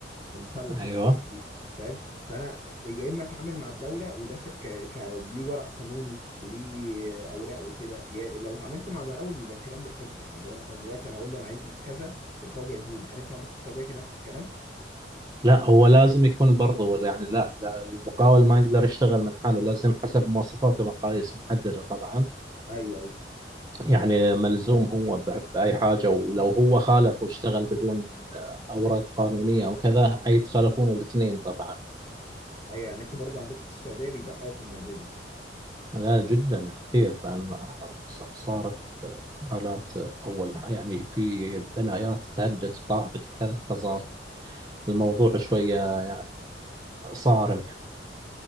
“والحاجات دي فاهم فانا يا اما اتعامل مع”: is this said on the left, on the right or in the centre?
Left